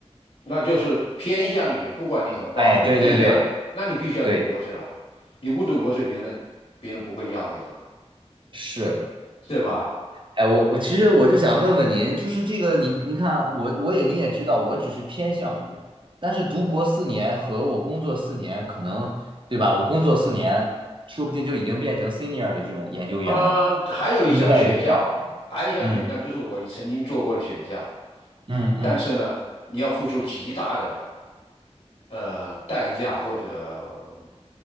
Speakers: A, on the left (about 70°); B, on the right (about 45°).
A: 那就是偏向于，不管你很爆，
B: 哎，
A: 你偏向于，
B: 对对对
A: 那你必须要读博士了。
B: 对，
A: 你不读博士，别人别人不会要你了，
B: 是。
A: 对吧？
B: 哎，我我其实我就想问问您，就是这个您您看啊我我也您也知道，我只是偏向于，但是读博四年和我工作四年，可能对吧？我工作四年，说不定就已经变成 senior 的这种研究员了，
A: 嗯，还有一项选项，
B: 薪资待遇就比较好了。
A: 还有一项选项就是我曾经做过的选项，
B: 嗯嗯嗯，
A: 但是呢，你要付出极大的呃代价或者